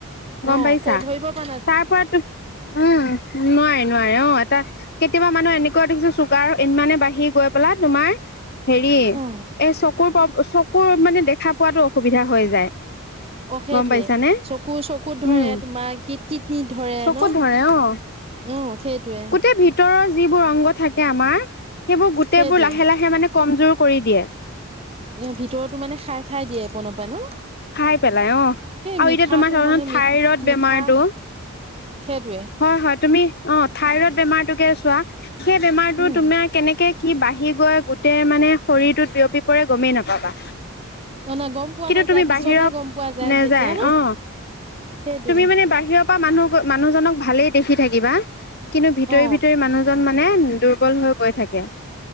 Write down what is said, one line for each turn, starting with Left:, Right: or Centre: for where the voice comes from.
Left: গম
Right: অ'
Left: পাইছা
Right: ক'ত ধৰিব প
Left: তাৰ পৰাতো উম নোৱাৰে নোৱাৰে অ' এটা কেতিয়াবা মানুহৰ এনেকুৱা দেখো চুগাৰ ইমানে বাহী গৈ পেলা তোমাৰ হেৰি এ
Right: অ
Left: চকুৰ চকুৰ মানে দেখা পোৱাতো অসুবিধা হৈ যায়।
Right: অ, সেইটোৱে
Left: গম পাইছানে
Right: চকু - চকুত ধৰে
Left: উম
Right: তোমাৰ কট কিতন ধৰে
Left: চকুত
Right: ন?
Left: ধৰে অ
Right: উম সেইটোৱে।
Left: গোটেই ভিতৰৰ যিবোৰ অংগ থাকে আমাৰ সেইবোৰ গোটেইবোৰ
Right: সেইটোৱে
Left: লাহে লাহে মানে কমজোৰ কৰি দিয়ে।
Right: এ' ভিতৰতো মানে খাই - খাই দিয়ে। ন পাই ন
Left: খাই পেলাই অ
Right: সেই
Left: আৰু
Right: মিঠাটো
Left: এতিয়া তোমাৰ ধৰা
Right: মানে মি
Left: থাইৰড
Right: মিঠা
Left: বেমাৰটো
Right: সেইটোৱেই।
Left: হয় হয় তুমি অ' থাইৰইড বেমাৰটোকে চোৱা সেই বেমাৰতো
Right: উম
Left: তুমাৰ কেনেকে কি বাঢ়ি কিকৈ গোটেই মানে শৰীৰটোত বিয়পি পৰে গমেই নাপাবা।
Right: ন নাই গম পোৱা
Left: কিন্তু
Right: নাযায়
Left: তুমি
Right: পিছতহে
Left: বাহিৰত
Right: গম পোৱা যায়
Left: নেযায়
Right: যেতিয়া ন
Left: অঁ।
Right: সেইটোৱে
Left: তুমি মানে বাহিৰৰ পৰা মানুহ-মানুহজনক ভালে দেখি থাকিবা কিন্তু ভিতৰে
Right: অ
Left: - ভিতৰে মানুহজন মানে মানে দুৰ্বল হৈ গৈ থাকে।